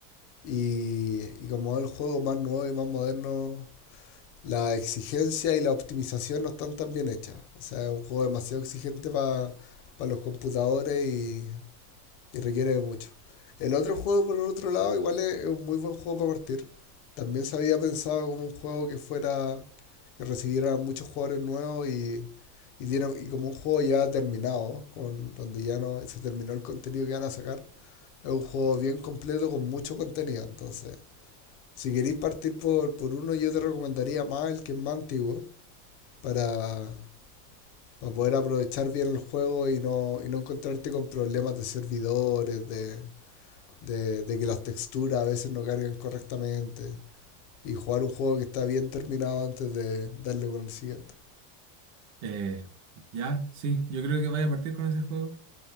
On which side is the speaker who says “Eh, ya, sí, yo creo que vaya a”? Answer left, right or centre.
Right